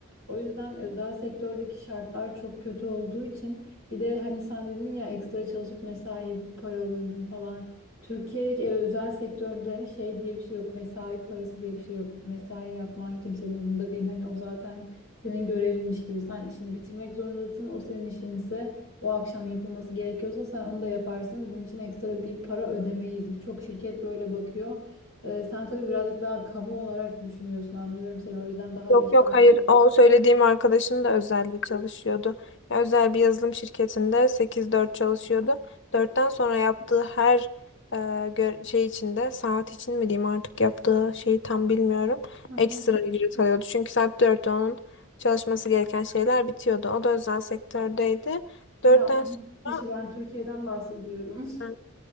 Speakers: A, on the left (about 75°); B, on the left (about 55°).
A: O yüzden özel sektördeki şartlar çok kötü olduğu için bir de hani sen dedin ya ekstra çalışıp mesai yapıp para alırdım falan. Türkiye'deki özel sektörde şey diye bir şey yok mesai parası diye bir şey yok. Mesai yapman kimsenin umurunda değil hani o zaten senin görevinmiş gibi sen işini bitirmek zorundasın o senin işinse o akşam yapılması gerekiyorsa sen onu da yaparsın. Bunun için ekstra bir para ödemeyiz. Birçok şirket böyle bakıyor. Ee, sen tabii birazcık daha kamu olarak düşünüyorsun anlıyorum seni. O yüzden daha
B: Yok
A: iyi işler.
B: yok hayır o söylediğim arkadaşım da özelde çalışıyordu. Ya, özel bir yazılım şirketinde sekiz dört çalışıyordu. dörtten sonra yaptığı her e, gö- şey içinde saat için mi diyeyim artık yaptığı şeyi tam bilmiyorum.
A: Hı hı.
B: Ekstra ücret alıyordu. Çünkü saat dörtte onun çalışması gereken şeyler bitiyordu. O da özel sektördeydi.
A: Ya
B: dörtten
A: o yurt
B: sonra
A: dışı ben Türkiye'den bahsediyorum.
B: Hı,